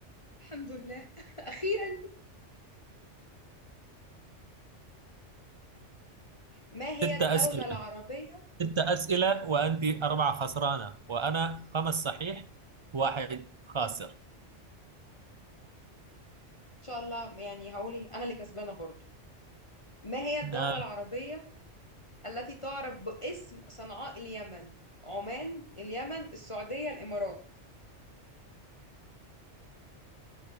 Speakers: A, on the left; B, on the right.
A: الحمد لله. <laughs> أخيرا ما هي
B: ست
A: الدولة
B: أسئلة
A: العربية إن
B: ست أسئلة وأنت أربعة خسرانة وأنا خمس صحيح واحد خاسر
A: شاء الله يعني هقولي أنا اللي كسبانة برضو ما هي الدولة
B: نعم
A: العربية التي تعرف باسم صنعاء اليمن عمان اليمن السعودية الإمارات